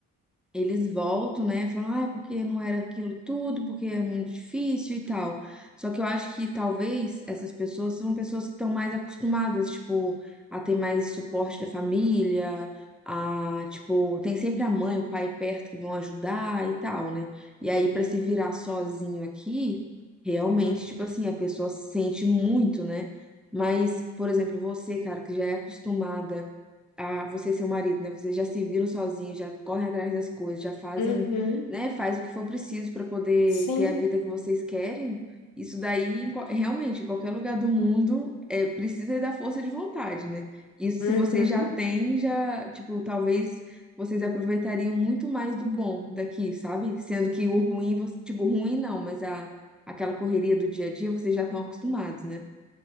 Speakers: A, in the centre; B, on the left.
A: eles voltam, né? Falam, ah, porque não era aquilo tudo, porque é muito difícil e tal. Só que eu acho que talvez essas pessoas são pessoas que estão mais acostumadas, tipo, a ter mais suporte da família, a, tipo, tem sempre a mãe, o pai perto que vão ajudar e tal, né? E aí, pra se virar sozinho aqui, realmente,
B: Uhum.
A: tipo assim, a pessoa sente muito, né? Mas, por exemplo, você, cara, que já é acostumada a você e seu marido, né? Vocês já se viram sozinhos, já correm atrás das coisas, já fazem,
B: Uhum.
A: né? Faz o que for preciso para poder
B: Sim.
A: ter a vida que vocês querem. Isso daí, em qual- realmente, em qualquer lugar do mundo, é, precisa da força de vontade, né? Isso, se
B: Uhum.
A: vocês já têm, já, tipo, talvez vocês aproveitariam muito mais do bom daqui, sabe? Sendo que o ruim, você- tipo, ruim não, mas a, aquela correria do dia a dia, vocês já estão acostumados, né?